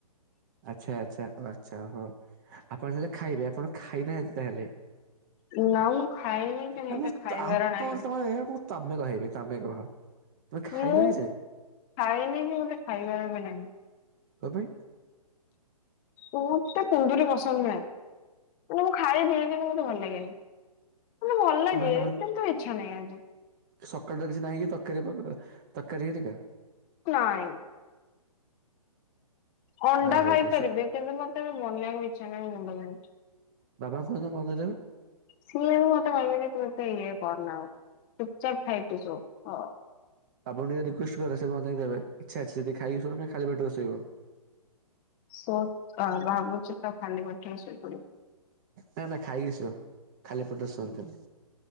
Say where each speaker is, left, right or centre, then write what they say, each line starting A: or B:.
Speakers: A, on the right; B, on the left.
A: ଆଚ୍ଛା-ଆଚ୍ଛା-ଆଚ୍ଛା ଓହୋ ଆପଣ ତାହେଲେ ଖାଇବେ? ଆପଣ ଖାଇନାହାନ୍ତି ତାହେଲେ?
B: ନା, ମୁଁ ଖାଇବିନି।
A: ଏ
B: ଏବେ
A: ମୁଁ
B: ଖାଇବାର
A: ଆପଣ
B: ନାହିଁ।
A: ତମେ ମୁଁ ତମେ କହିବି, ତମେ କୁହ। ତମେ ଖାଇନ
B: ମୁଁ
A: ଏଯାଏଁ
B: ଖାଇନି, କି ମୋତେ ଖାଇବାର ବି ନାହିଁ।
A: କଣ ପାଇଁ?
B: ମୋତେ କୁନ୍ଦୁରି ପସନ୍ଦ ନୁହେଁ। ମୁଁ ଖାଇପିଇକି ବି ମୋତେ ଭଲ ଲାଗେନି। ମତେ ଭଲ ଲାଗେ
A: ତମର-ତମର
B: କିନ୍ତୁ ଇଚ୍ଛା ନାହିଁ ଆଜି
A: ସକାଳୁ ର କିଛି ନାହିଁ କି ତରକାରୀ ତକାରି ହେରିକା।
B: ନାଇଁ। ଅଣ୍ଡା
A: ଆରେରେ
B: ଖାଇପାରିବି
A: ସ
B: କିନ୍ତୁ ମତେ ଏବେ ବନିବାକୁ ଇଚ୍ଛା ନାହିଁ ମୁଣ୍ଡବିନ୍ଧୁଛି।
A: ବାବା କୁହନ୍ତୁ ବନେଇଦେବେ।
B: ସିଏ ମତେ କହିବେ ଯେ ତୁ ଏତେ ଇଏ କରନାଉ ଚୁପଚାପ ଖାଇକି ସୋ ହିଁ।
A: ଆପଣ ଟିକେ ରିକ୍ୱେଷ୍ଟ କରେ ସେ ବନେଇଦେବେ ଇଚ୍ଛା ଅଛି ଯଦି ଖାଇକି ସୋଇବାନା ଖାଲି ପେଟରେ ଶୋଇବା।
B: ସଟା ଭାବୁଛି ତା ଖାଲି ପେଟରେ ଶୋଇପଡ଼ିବି।
A: ନା-ନା ଖାଇକି ଶୁଅ ଖାଲି ପେଟରେ ଶୁଅନ୍ତିନି।